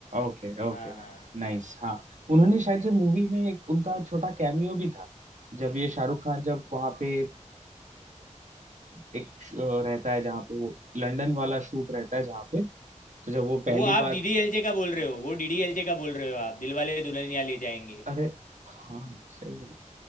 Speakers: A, on the right (about 65°); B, on the left (about 80°).
A: Okay okay
B: हाँ
A: नाइस हाँ उन्होंने शायद से मूवी में एक उनका छोटा कैमियो भी था जब ये शाहरुख खान जब वहाँ पे अ, एक श- अ, रहता है जहाँ पे वो लंदन वाला शूट रहता है जहाँ पे तो जब वो पहली
B: वो आप
A: बार
B: डीडीएलजे का बोल रहे हो वो डीडीएलजे का बोल रहे हो आप दिलवाले दुल्हनिया ले जाएंगे
A: अरे हाँ सही बात